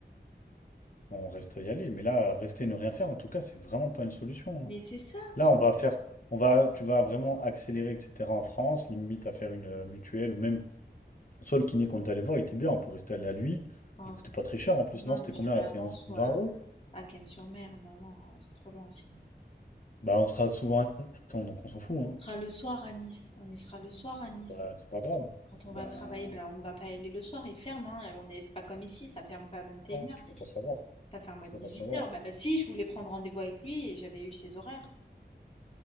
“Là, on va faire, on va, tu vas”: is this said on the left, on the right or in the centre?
Left